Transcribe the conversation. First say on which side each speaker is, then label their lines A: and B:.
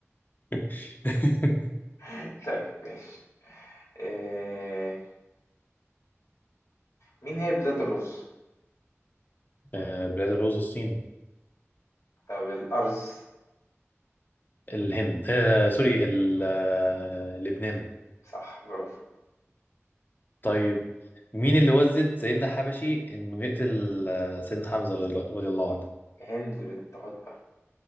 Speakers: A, on the left; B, on the left.
A: <laughs>
B: <laughs> طيب ماشي آه، مين هي بلاد الرز؟
A: آه، بلاد الرز الصين
B: طب الأرز
A: الهند آه سوري ال- آه، لبنان
B: صح برافو
A: طيب مين اللي وزد سيدنا حبشي انه يقتل آه، سيدنا حمزة رضي رضي الله عنه
B: هند بنت عتبة